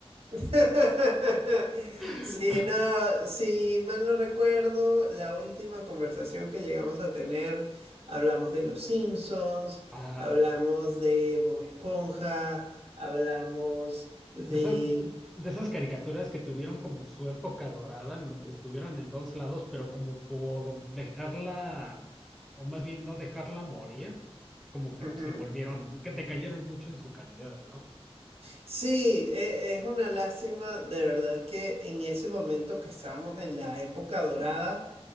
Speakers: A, on the right; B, in the centre.
A: <laughs>
B: <laughs>
A: Sí, no, si mal no recuerdo, la última conversación que llegamos a tener, hablamos de los Simpsons,
B: Ajá.
A: hablamos de Bob Esponja, hablamos de...
B: De esas, de esas caricaturas que tuvieron como su época dorada, en donde estuvieron en todos lados, pero como por dejarla, o más bien no dejarla morir, como que
A: Ujú.
B: se volvieron, que decayeron mucho en su calidad, ¿no?
A: Sí, e- es una lástima de verdad que en ese momento que estábamos en la época dorada,